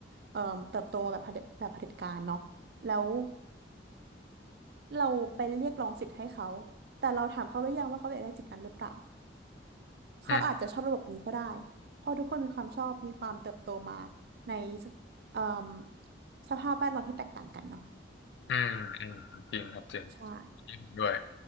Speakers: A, on the right; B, on the left.
A: เอ่อเติบโตแบบเผด็จแบบเผด็จการเนาะแล้วเราไปเรียกร้องสิทธิ์ให้เขาแต่เราถามเขาหรือยังว่าเขาอยากได้สิทธิ์นั้นหรือเปล่าเขาอาจจะชอบระบบนี้ก็ได้
B: อืม
A: เพราะทุกคนมีความชอบมีความเติบโตมาในเอ่อสภาพแวดล้อมที่แตกต่างกันเนาะ
B: อืมอืมจริงครับจริง
A: ใช่
B: อัเ็นด้วย